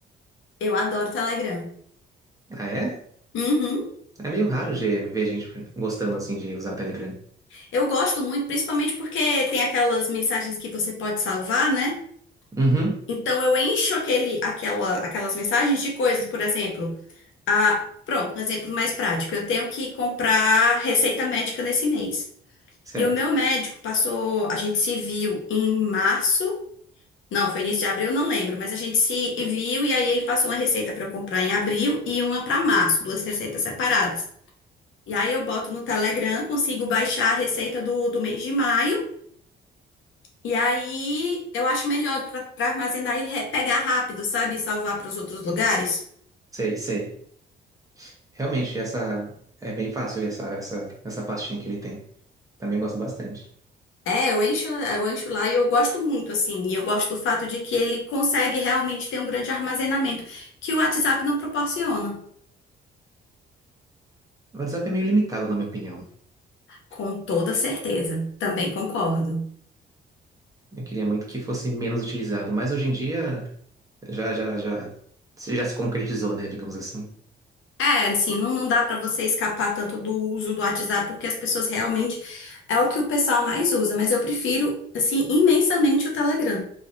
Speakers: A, on the left; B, on the right.
A: eu adoro Telegram.
B: Ah, é?
A: Uhum.
B: É meio raro ge- ver gente gostando assim de usar o Telegram.
A: Eu gosto muito, principalmente porque tem aquelas mensagens que você pode salvar, né?
B: Uhum,
A: Então eu encho aquele, aquela, aquelas mensagens de coisas, por exemplo. Ah, pronto, um exemplo mais prático. Eu tenho que comprar receita médica nesse mês.
B: certo.
A: E o meu médico passou, a gente se viu em março, não, foi início de abril, não lembro, mas a gente se viu e aí ele passou uma receita para eu comprar em abril e uma para março, duas receitas separadas. E aí eu boto no Telegram, consigo baixar a receita do, do mês de maio. E aí eu acho melhor para armazenar e re- pegar rápido, sabe? E salvar para os outros lugares.
B: Sei, sei. Realmente, essa é bem fácil essa, essa, essa pastinha que ele tem. Também gosto bastante.
A: É, eu encho, eu encho lá e eu gosto muito, assim. E eu gosto do fato de que ele consegue realmente ter um grande armazenamento, que o WhatsApp não proporciona.
B: O WhatsApp é meio limitado, na minha opinião.
A: Com toda certeza. Também concordo.
B: Eu queria muito que fosse menos utilizado, mas hoje em dia já, já, já, já se concretizou, né? Digamos assim.
A: É, assim, não, não dá pra você escapar tanto do uso do WhatsApp, porque as pessoas realmente é o que o pessoal mais usa, mas eu prefiro, assim, imensamente o Telegram.